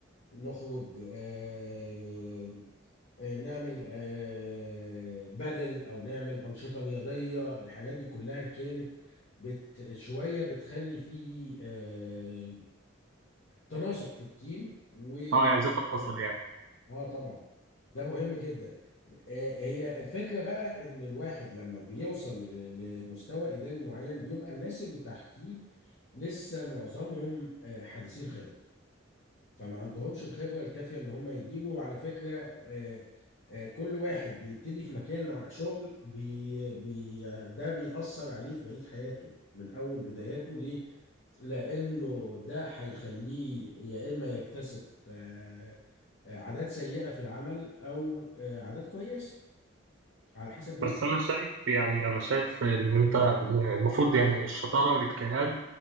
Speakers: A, on the left; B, on the right.
A: نخرج آه، آه، نعمل آه، بدل او نعمل انشطه رياضيه الحاجات دي كلها كانت بت شويه بتخلي فيه آه، تناسق في التيم و
B: اه يعني زي التواصل
A: جدع.
B: يعني
A: اه طبعا ده مهم جدا آه، هي الفكره بقى ان الواحد لما بيوصل ل- لمستوى اداري معين بيبقى الناس اللي تحتيه لسه معظمهم آه، حديثي الخبره فما عندهمش الخبرة الكافية ان هم يديروا وعلى فكرة آه، آه، كل واحد بيبتدي في مكان شغل بي بي ده بيأثر عليه في بقية حياته من أول بداياته ليه؟ لأنه ده هيخليه يا إما يكتسب آه، آه، عادات سيئة في العمل أو آه، عادات كويسة على حسب بيئة
B: بس انا شايف يعني انا شايف ان انت المفروض يعني الشطارة والاجتهاد